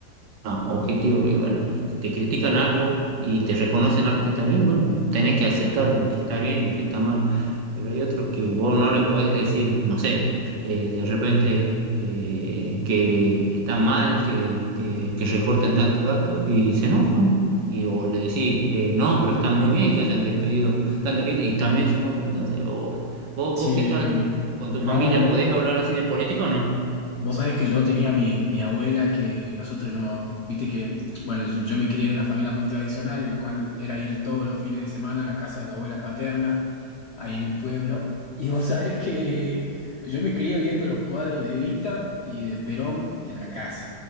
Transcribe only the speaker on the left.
Sí.
Che,
no.
Vos sabés que yo tenía mi, mi abuela que nosotros no, viste que, bueno, yo, yo me crié en una familia muy tradicional en la cual era ir todos los fines de semana a la casa de la abuela paterna, ahí en el pueblo. Y vos sabés que yo me crié viendo los cuadros de Evita y de Perón en la casa,